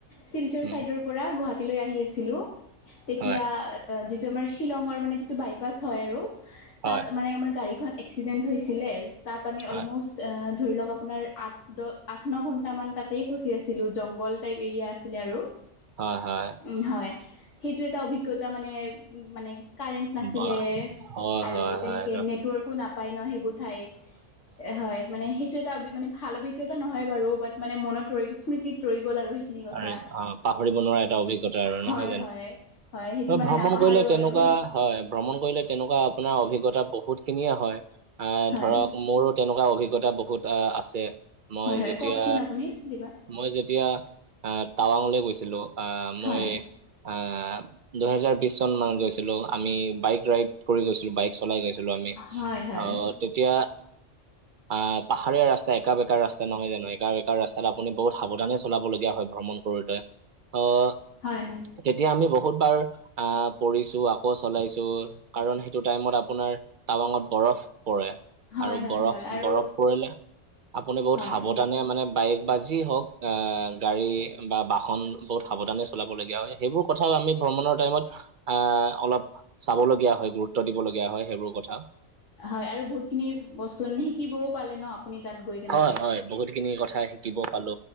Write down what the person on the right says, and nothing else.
উম
হয়
হয়,
হয়,
হয়-হয়।
উম, অ, হয়,
হয়,
হয়, এইটো
আৰু অ, পাহৰিব নোৱাৰা এটা অভিজ্ঞতা আৰু
নহয় জানো?
ত'
ভ্ৰমণ
কৰিলে তেনেকুৱা
হয়, ভ্ৰমণ কৰিলে তেনেকুৱা আপোনাৰ অভিজ্ঞতা বহুতখিনিয়ে হয়, আহ
ধৰক মোৰ তেনেকুৱা অভিজ্ঞতা বহুত আছে, মই
যেতিয়া
মই যেতিয়া আ টাৱাংলৈ গৈছিলোঁ, আহ মই
আহ দুহেজাৰ বিছ চনমানত গৈছিলোঁ, আমি বাইক ৰাইড কৰি গৈছিলোঁ, বাইক চলাই গৈছিলোঁ আমি।
আহ তেতিয়া আহ পাহাৰীয়া ৰাস্তা একা-বেকা ৰাস্তা নহয় জানো, একা-বেকা ৰাস্তাত আপুনি বহুত সাৱধানে চলাবলগীয়া হয় কৰোঁতে, অ'
তেতিয়া আমি বহুতবাৰ আহ পৰিছোঁ, আকৌ চলাইছোঁ, কাৰণ সেইটো টাইমত আপোনাৰ টাবাঙত বৰফ পৰে,
আৰু
বৰফ-বৰফ
পৰিলে আপুনি বহুত
সাৱধানে মানে বাইক বা যি হওঁক, আহ গাড়ী বা বাহন বহুত সাৱধানে চলাবলগীয়া হয়। সেইবোৰ কথা আমি ভ্ৰমণৰ টাইমত আহ অলপ চাবলগীয়া হয়, গুৰুত্ব দিবলগীয়া হয় সেইবোৰ কথা।
হয় হয় বহুতখিনি কথা শিকিব পালো।